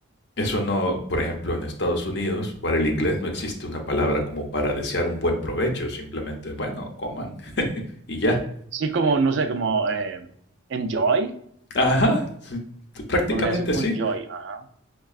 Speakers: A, on the left; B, on the right.
A: eso no, por ejemplo, en Estados Unidos, para el inglés no existe una palabra como para desear un buen provecho, simplemente, bueno, coman y ya.
B: Sí, como, no sé, como eh, enjoy,
A: Ajá, sí, prácticamente
B: podría ser como
A: sí,
B: enjoy, ajá.